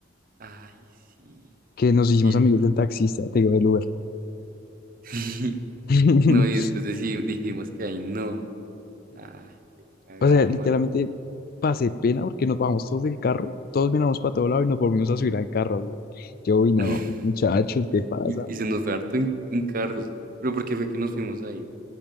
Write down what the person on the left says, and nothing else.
que nos hicimos
amigos
del taxista, te digo, del Uber.
<laughs>
O sea, literalmente
pasé pena porque nos bajamos todos del carro, todos miramos para todo lado y nos volvimos a subir al carro, güey. Yo, uy, no,
muchachos, ¿qué pasa?